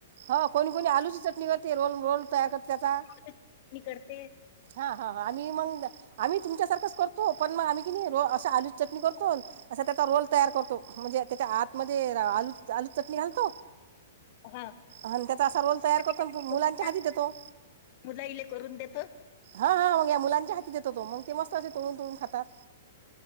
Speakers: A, on the right; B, on the left.
A: हो कोणी कोणी आलूची चटणी करते रोल रोल तयार करते आता
B: आलू चटणी करते
A: हा हा हा आम्ही मग आम्ही तुमच्या सारखंच करतो पण मग आम्ही कि नाही र आलूची चटणी करतो अस त्याचा रोल तयार करतो म्हणजे त्याच्या आतमध्येध्ये आलू आलू चटणी घालतो
B: हा
A: आणि त्याचा असा रोल तयार
B: तर ते
A: करतो मुलांच्या
B: आता
A: हाती देतो
B: मुलाईले करून देत
A: हा हा मग या मुलांच्या हाती देतो तो मग ते मस्त असे तोडून तोडून खातात